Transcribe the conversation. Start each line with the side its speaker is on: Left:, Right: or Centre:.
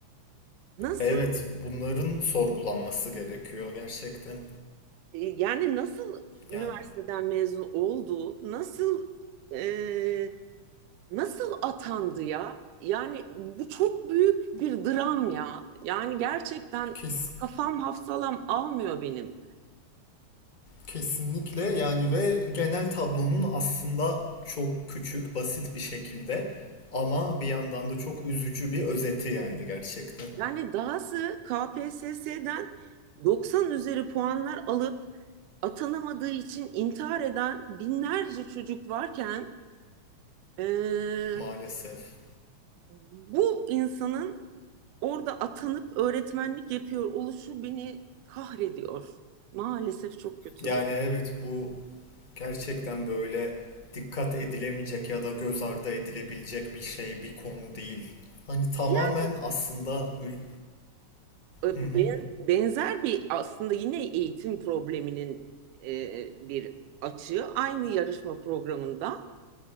Right: Nasıl
Left: evet bunların sorgulanması gerekiyor gerçekten.
Right: E, Yani nasıl üniversiteden
Left: Yani
Right: mezun oldu? Nasıl e, nasıl atandı ya? Yani bu çok büyük bir dram ya. Yani gerçekten
Left: kes
Right: kafam hafsalam almıyor benim.
Left: Kesinlikle yani ve genel tablonun aslında çok küçük, basit bir şekilde ama bir yandan da çok üzücü bir özeti yani gerçekten
Right: Yani dahası KPSS'den 90 üzeri puanlar alıp atanamadığı için intihar eden binlerce çocuk varken e,
Left: maalesef.
Right: bu insanın orada atanıp öğretmenlik yapıyor oluşu beni kahrediyor. Maalesef çok kötüdür.
Left: Yani evet bu gerçekten böyle dikkat edilemeyecek ya da göz ardı edilebilecek bir şey, bir konu değil. Hani tamamen
Right: Yani
Left: aslında ül-
Right: e,
Left: Hı hı.
Right: ben- benzer bir aslında yine eğitim probleminin e, bir açığı aynı yarışma programında